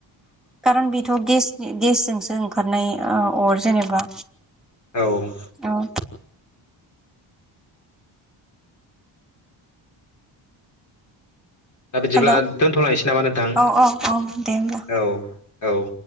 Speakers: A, in the centre; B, on the left.
A: कारन बेथ' गेसनि गेसजोंसो ओंखारनाय अर जेनेबा
B: औ
A: औ
B: दा बिदिब्ला
A: हेल'
B: दोनथ'लांनोसै नामा नोंथां
A: औ औ औ दे होमब्ला
B: औ औ।